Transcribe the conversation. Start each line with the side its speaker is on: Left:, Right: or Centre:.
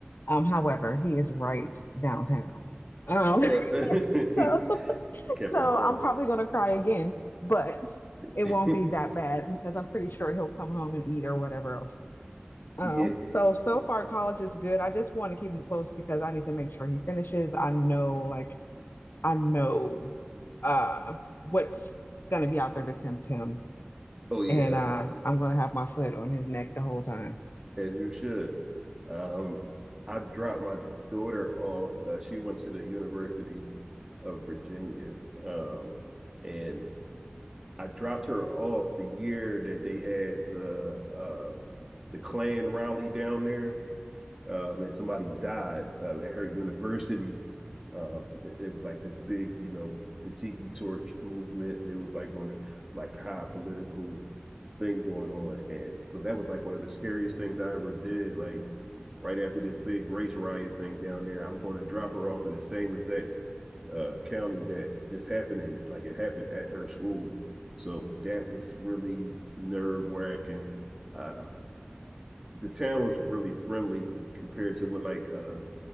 Left: Um, however, he is right downtown. Um,
Right: know, uh,
Left: <laughs> so
Right: <laughs> Kept
Left: so
Right: him home.
Left: I'm probably gonna cry again, but it
Right: <laughs>
Left: won't be that bad because I'm pretty sure he'll come home and eat or whatever else. Oh,
Right: yeah.
Left: so so far college is good. I just want to keep him close because I need to make sure he finishes. I know, like I know uh what's gonna be out there to tempt him.
Right: Oh yeah.
Left: And uh I'm gonna have my foot on his neck the whole time.
Right: As you should. Um, I dropped my daughter off. Uh, she went to the University of Virginia, um, and I dropped her off the year that they had the uh, the Klan rally down there um, and somebody died uh, at her university. Uh, it was like this big, you know, the Tiki Torch movement. It was like one of like high political thing going on, and so that was like one of the scariest things I ever did. Like right after this big race riot thing down there, I'm going to drop her off in the same exact uh, county that this happened in. Like it happened at her school, so that was really nerve wracking. Uh, the town was really friendly compared to what like uh